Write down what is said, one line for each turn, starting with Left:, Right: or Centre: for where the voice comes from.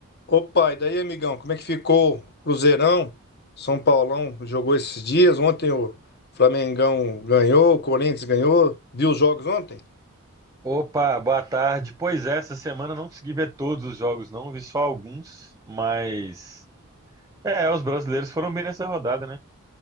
Left: Opa, e daí, amigão, como é que ficou o Cruzeirão? São Paulão jogou esses dias. Ontem o Flamengão ganhou, o Corinthians ganhou. Viu os jogos ontem?
Right: Opa, boa tarde. Pois é, essa semana eu não consegui ver todos os jogos, não, vi só alguns, mas é, os brasileiros foram bem nessa rodada, né?